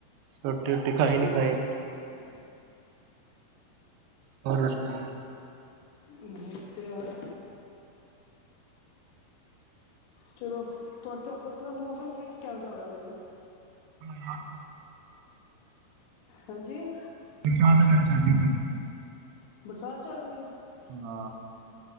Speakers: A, on the right; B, on the left.
A: ਰੋਟੀ ਰੋਟੀ ਖਾਈ ਨੀ ਖਾਈ ਹੋ ਰੁਸਿਆ
B: ਹੂ ਤਿਆਰ ਚਲੋ ਤੁਹਾਡੇ ਉਥੇ ਮੌਸਮ ਕਿਹੋ ਜਿਹਾ ਹੋਇਆ ਭਾਜੀ?
A: ਹਾਂ
B: ਹਾਂਜੀ
A: <unintelligible>
B: ਬਰਸਾਤ ਚੱਲ ਰਹੀ ਹੈ।
A: ਹਾਂ